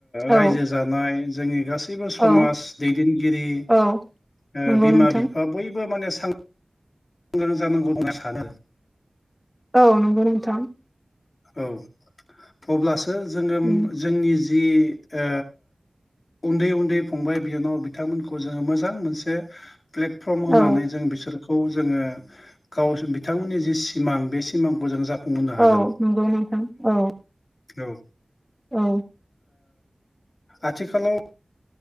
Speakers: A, on the left (about 60°); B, in the centre.
A: रायजो
B: औ
A: जानाय जोंनि गास सैबो समाज
B: औ
A: दैदेनगिरि
B: औ
A: ओ
B: नंगौ
A: बिमा
B: नोंथां
A: बिफा बयबो माने सां ग्रां जानांगौ होनना सानो।
B: औ नंगौ नोंथां।
A: औ अब्लासो जोङो
B: उम
A: जोंनि जिओ उन्दै उन्दै फंबाय बिनानाव बिथांमोनखौ जोङो मोजां मोनसे प्लेटफर्म होनानै
B: औ
A: जों बिसोरखौ जोङो गाव बिथांमोननि जि सिमां बे सिमांखौ जों जाफुं बुंहो हागोन
B: औ नंगौ नोंथां औ
A: औ ओ
B: औ
A: । आथिखालाव